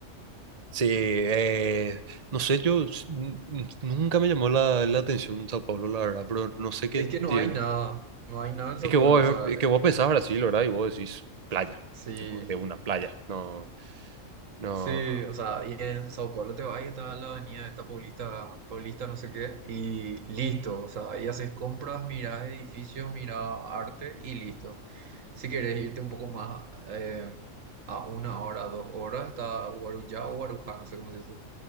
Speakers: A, on the right (about 35°); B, on the right (about 75°).
A: Sí, eh, no sé, yo s- n- n- nunca me llamó la, la atención Sao Paulo, la verdad, pero no sé qué
B: Es que no
A: tiene.
B: hay nada, no hay nada en
A: Es
B: Sao
A: que
B: Paulo,
A: vos,
B: o sea,
A: es que vos pensás Brasil, ¿verdad? Y vos decís playa,
B: sí,
A: tipo, de una playa. No, no.
B: sí, o sea, y en Sao Paulo te vas y está la avenida esta Paulista, Paulista no sé qué, y listo, o sea, ahí haces compras, mirás edificios, mirás arte y listo. Si quieres irte un poco más eh, a una hora, dos horas, está Guarujá o Guarujá, no sé cómo se dice.